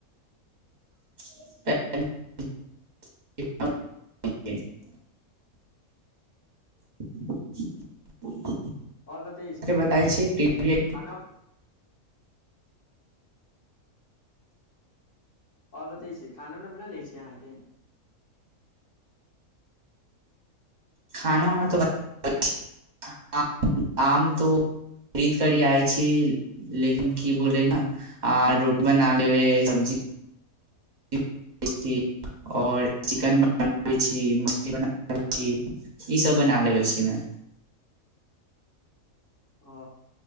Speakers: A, on the right (about 35°); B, on the left (about 60°).
A: <unintelligible> <unintelligible> <inaudible>
B: आओर बताै छैय
A: के
B: ने
A: बताय छी टीवी
B: खाना आओर बतै छी खाना उना बना लै छी अहाँकी
A: खाना उाना तऽ <unintelligible> आम त <unintelligible> करी आइ छी लेकिन की बोले न आ रोटी बना लेब सब्जी <unintelligible> आओर चिकन बनाबै छी मछली बना लय छी ईसभ बना लेबै छी हम
B: ओ